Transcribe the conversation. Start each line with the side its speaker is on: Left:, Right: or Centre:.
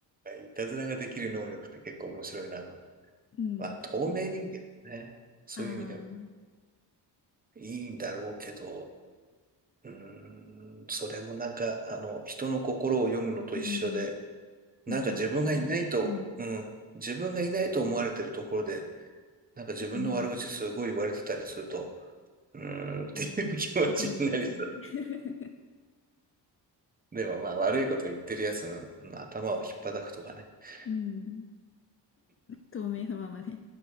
Right: いたずらができる能力って結構面白いなと。
Left: うん確かに。
Right: まあ、透明人間ね。そういう意味では
Left: ああ、
Right: いいんだろうけど、うーん、それもなんか、あの、人の心を読むのと一緒で、
Left: うん。
Right: なんか自分がいないと、
Left: 見てはいけない。うん。
Right: うん、自分がいないと思われてるところで、なんか自分の悪口すごい言われてたりすると、
Left: うん。
Right: うーんっていう気持ちになり
Left: うん。へこみますね。<laughs>
Right: でもまあ悪いこと言ってるやつの頭を引っ叩くとかね。<laughs>
Left: うん。透明のままで。